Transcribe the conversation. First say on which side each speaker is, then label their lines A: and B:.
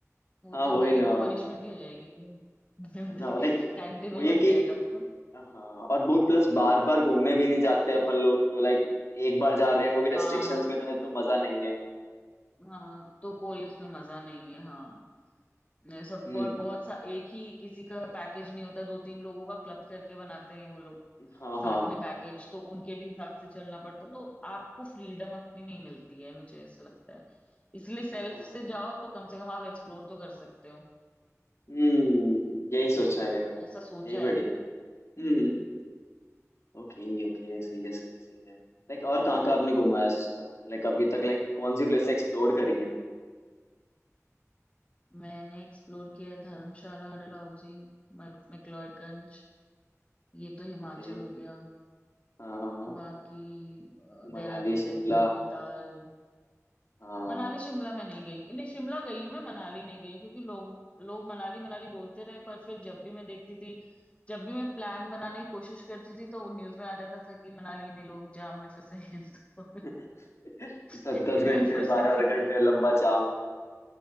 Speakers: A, on the left; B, on the left.
A: वो
B: हाँ
A: तो
B: वही
A: भाई
B: ना
A: एक तो पनिशमेंट ही हो जाएगी कि
B: ना लाइक
A: टाइम टेबल
B: वही
A: <laughs> बन
B: है कि
A: जाएगा वो तो
B: हाँ और वो प्लस बार बार घूमने भी नहीं जाते अपन लोग तो लाइक एक बार जा रहे हैं वो भी रेस्ट्रिक्शंस
A: हाँ
B: में जाए तो मजा नहीं है
A: हाँ तो कोई उसमें मजा नहीं है हाँ ये सब
B: हम्म
A: और
B: हम्म।
A: बहुत सा एक ही किसी का पैकेज नहीं होता दो तीन लोगों का क्लब करके बनाते हैं वो लोग
B: हाँ
A: साथ
B: हाँ
A: में पैकेज तो उनके भी हिसाब से चलना पड़ता तो आपको फ्रीडम अपनी नहीं मिलती है मुझे ऐसा लगता है इसलिए सेल्फ
B: हाँ
A: से जाओ तो कम से कम आप एक्सप्लोर तो कर सकते हो
B: हम्म यही
A: ये
B: सोचना है मेरा भी
A: ऐसा सोचा
B: यही बढ़िया
A: है
B: है।
A: हम्म
B: हम्म ओके ओके सही है सही है सही है लाइक और कहाँ कहाँ आपने घूमा है आज तक लाइक अभी तक लाइक कौन सी प्लेस एक्सप्लोर करी हैं
A: मैंने एक्सप्लोर किया है धर्मशाला डलहौजी मल- मैक्लोडगंज ये तो हिमाचल
B: ओके
A: हो गया
B: हाँ हाँ
A: बाकी अ,
B: मनाली
A: देहरादून
B: शिमला
A: नैनीताल
B: हाँ
A: मनाली शिमला में नहीं गई नहीं शिमला गई हूँ मैं मनाली नहीं गई क्योंकि लोग लोग मनाली मनाली बोलते रहे पर फिर जब भी मैं देखती थी जब भी मैं प्लान बनाने की कोशिश करती थी तो न्यूज में आ जाता था कि मनाली में लोग जाम में फंसे हैं <laughs> तो
B: <laughs> दस
A: इसलिए
B: दस घंटे
A: मैं सोचती
B: बारह बारह
A: थी कि
B: घंटे लंबा जाम